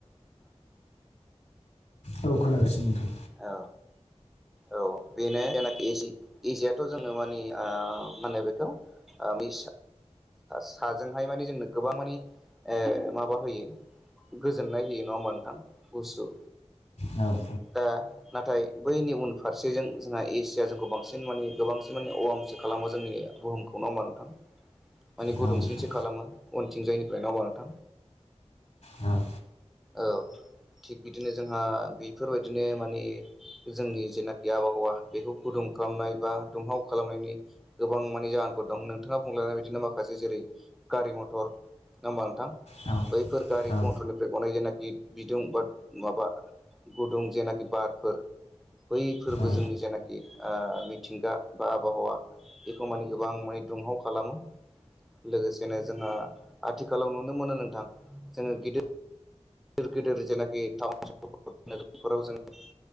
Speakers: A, on the left; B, in the centre.
A: औ औ खोनागासिनो नोंथां
B: औ औ बेनो जायनाखि एजि इजियाथ' जोङो मानिे मा होनो बेखौ बे साजोंहाय माने जोंनो गोबां माने माबा होयो गोजोननाय होयो नङा होमबा नोंथां गुसु
A: औ औ
B: दा नाथाय बैनि उन फारसेजों जोंहा एसिया जोंखौ बांसिन माने गोबांसिन माने अवमस खालामो जोंनि बुहुमखौ नाव बारथां माने
A: नोंथां
B: गुदुंसिंसो खालामो उनथिंजायनिफ्राय नाव बारथां
A: औ
B: औ थिग बिदिनो जोंहा बेफोरबायदिनो माने जोंनि जेनाखि आबहावा बेखौ गुदुं खालामनाय बा दुंहाव खालामनायनि गोबां मानिे जाहोनफोर दं नोंथाङा बुंलायनाय बिदिनो माखासे जेरै गारि मथर हबा नोंथां
A: नोंथां
B: बैफोर गारि
A: औ
B: मथरनि बे गनाय जेनाखि बिदुं बा माबा गुदुं जेनाखि बारफोर बै फोरबो
A: औ
B: जोंनि जेनाखि मिथिंगा बा आबहावा बेखौ माने गोबां माने दुंहाव खालामो लोगोसेनो जोंहा आथिखालाव नुनो मोनो नोंथां जोङो गिदिर गिदिर गिदिर जेनाखि टाउन सर नोफोराव जोङ